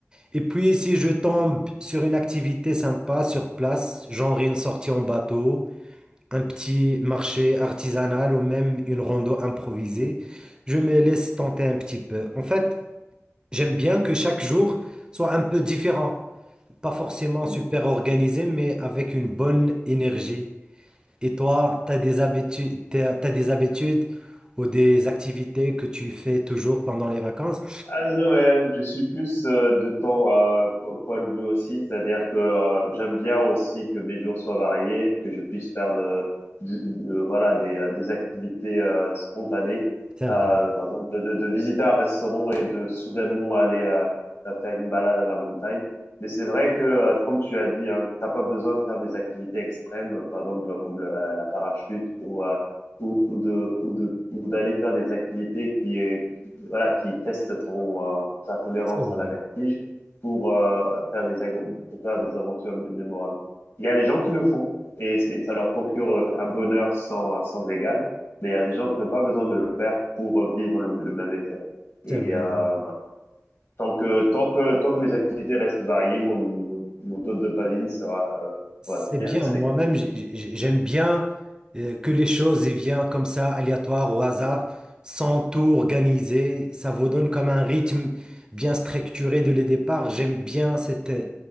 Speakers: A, on the right; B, on the left.
A: Et puis si je tombe sur une activité sympa sur place, genre une sortie en bateau, un petit marché artisanal ou même une rando improvisée, je me laisse tenter un petit peu. En fait, j'aime bien que chaque jour soit un peu différent, pas forcément
B: Mm.
A: super organisé, mais avec une bonne énergie. Et toi, t'as des habitudes, t'as, t'as des habitudes ou des activités que tu fais toujours pendant les vacances?
B: Ah non, mais je suis plus euh, de temps à au point de vue aussi, c'est-à-dire que euh, j'aime bien aussi que mes jours soient variés, que je puisse faire de, de- de- voilà, des, euh, des activités euh, spontanées.
A: C'est
B: Euh,
A: vrai,
B: par exemple, de, de- de visiter un restaurant et de soudainement aller à, à faire une balade à la montagne. Mais c'est vrai que, euh, comme tu as dit, hein, t'as pas besoin de faire des activités extrêmes, euh, par exemple comme le- euh, la parachute ou, euh, ou, ou de, ou de, ou d'aller faire des activités qui, voilà, qui testent ton, euh, ta tolérance
A: c'est vrai,
B: à la vertige pour, euh, faire des, ag- pour faire des aventures mé- mémorables. Il y a des gens qui le font et, et ça leur procure euh, un bonheur sans, sans égal, mais il y a des gens qui n'ont pas besoin de le faire pour euh, vivre le, le même effet. Et
A: c'est vrai.
B: euh, voilà. tant que, tant que, tant que les activités restent variées, mon, mon, mon taux de dopamine sera euh,
A: C'est
B: voilà, bien
A: bien,
B: respecté.
A: moi-même, j'ai- j'ai- j'aime bien euh, que les choses y viennent comme ça, aléatoires, au hasard, sans tout organiser. Ça vous donne comme un rythme bien structuré dès le départ. J'aime bien cette, euh,